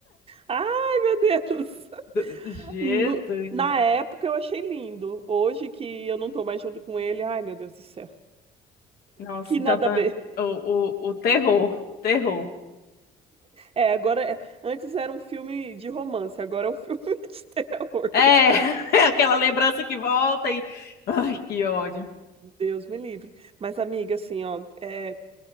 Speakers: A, on the right; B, on the left.
A: Ai, meu Deus!
B: Do- do- Jesus!
A: No- na época eu achei lindo. Hoje que eu não tô mais junto com ele, ai, meu Deus do céu.
B: Nossa,
A: Que
B: então
A: nada
B: tá,
A: a ver.
B: o, o, o terror, o terror.
A: É, agora é... antes era um filme de romance, agora é um <laughs> filme de terror.
B: É, <laughs> é aquela lembrança que volta e... Ai, que ódio.
A: Deus me livre. Mas, amiga, assim, ó, é